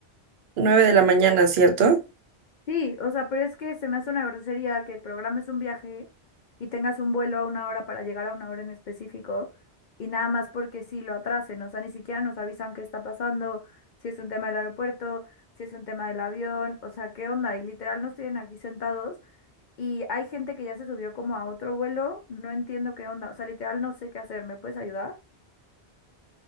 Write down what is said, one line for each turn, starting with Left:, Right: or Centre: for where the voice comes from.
Right: 9 de la mañana, ¿cierto?
Left: Sí, o sea, pero es que se me hace una grosería que programes un viaje y tengas un vuelo a una hora para llegar a una hora en específico y nada más porque sí lo atrasen, o sea, ni siquiera nos avisan qué está pasando, si es un tema del aeropuerto, si es un tema del avión, o sea, ¿qué onda? Y literal nos tienen aquí sentados y hay gente que ya se subió como a otro vuelo, no entiendo qué onda, o sea, literal no sé qué hacer, ¿me puedes ayudar?